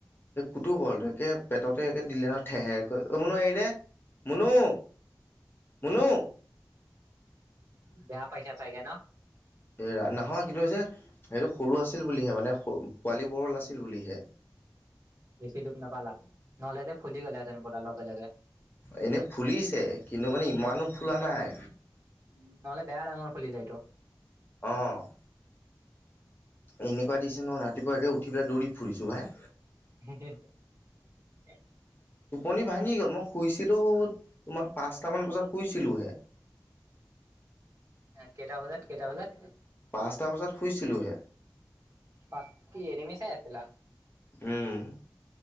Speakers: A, on the left; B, on the right.
A: এই কুতো বৰলটোৱে একে পেটতে একে দিলে নহয় ঠেহেৰ কৈ অ' মুনু এৰি দে মুনু মুনু
B: বেয়া পইচা চাগে ন
A: হেৰা নহয় কিন্তু যে সেইটো সৰু আছিল বুলিহে মানে পোৱালী বৰল আছিল বুলিহে
B: বেছি দুখ নাপালা নহলে যে ফুলি গলেহেঁতেন পৰা লগে লগে
A: এনেই ফুলিছে কিন্তু মানে ইমানো ফুলা নাই
B: উম নহ'লে বেয়া ডাঙৰ ফুলি যায়টো
A: অ' এনেকুৱা দিছে ন ৰাতিপুৱা একে উঠি পেলায় দৌৰি ফুৰিছোঁ ভাই
B: হে হে
A: টোপনি ভাঙি গ'ল মই শুইছিলো তোমাৰ পাঁচটা মান বজাত শুইছিলো হে
B: কেইটা বজাত কেইটা বজাত
A: পাঁচটা বজাত শুইছিলোঁ হে
B: পাচ কি এনিমি চাই আছিলা?
A: উম